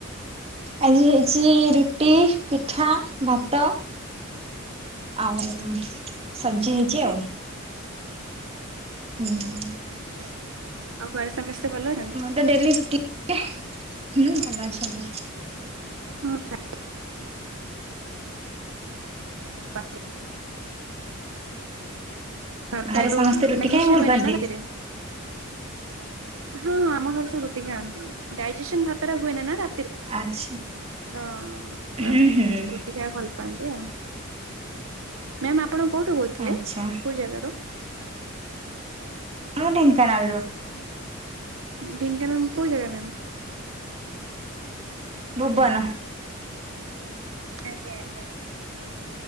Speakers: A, on the right (about 30°); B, on the right (about 70°).
A: ଆଜି ହେଇଛି ରୁଟି ପିଠା ଭାତ ଆଉ ଶବ୍ଜିି ହେଇଛି ଆଉ
B: ଆଜ୍ଞା
A: ହୁଁ।
B: ଆଉ ଘରେ ସମସ୍ତେ ଭଲ ଅଛନ୍ତି?
A: ସେ ଡେଲି ଚି କେ ହୁଁ ଭଲ ଅଛନ୍ତି।
B: ହଁ ଖ <inaudible> ଆତ
A: ଘରେ ସମସ୍ତେ ରୁଟି
B: ମାଇଜେନ୍
A: ଖାଇବାକୁ
B: ମହନେତିରେ
A: ଭଲ ପାଆନ୍ତି?
B: <unintelligible> ହଁ ହଁ ଆମ ଘରେ ସବୁ ରୁଟି ଖାଆନ୍ତି ଡାଇଜେସନ ଭାତାରା ହୁଏନ ନା ରା
A: ଆଚ୍ଛା।
B: <unintelligible>
A: ହୁଁ ହୁଁ
B: ଖିଆ ଭଲ ପାଆନ୍ତି ଆଉ ମ୍ୟାାମ ଆପଣ କୋଉଠୁ କହୁଥିଲେ
A: ଆଚ୍ଛା
B: କୋଉ ଜାଗାରୁ?
A: ମୁଁ ଢେଙ୍କାନାଳରୁ।
B: ଢ଼ଙ୍କାନାଳ କୋଉ ଜାଗା ମ୍ୟାମ୍?
A: ଭୁବନ।
B: ଆଜ୍ଞା ଆଜ୍ଞା।